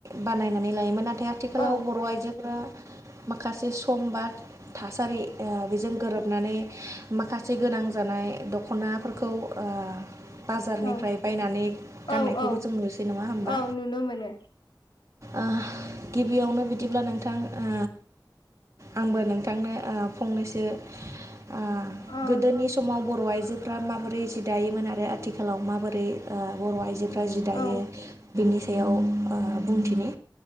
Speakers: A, on the right (about 40°); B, on the left (about 70°).
A: बानायनानै लायोमोन आरो नाथाय आथिखालाव
B: औ
A: बर आइजोफोरा माखासे सम बा थासारि। ओ बेजों गोरोबनानै माखासे गोनां जानाय दखनाफोरखौ ओ बाजारनिफ्राय
B: औ
A: बायनानै गाननायखौबो
B: औ औ
A: जों नुसै नङा होम्बा
B: औ नुनो मोनो
A: ओ गिबियावनो बिदिब्ला नोंथां ओ आंबो नोंथांनो ओ फंनैसो ओ
B: अ
A: गोदोनि समाव बर आइजो फ्रा माबोरै जि दायोमोन आरो आथिखालाव माबोरै ओ बर' आइजो फ्रा जि दायो
B: औ
A: बेनि सो बेयाव ओ बुंथिनि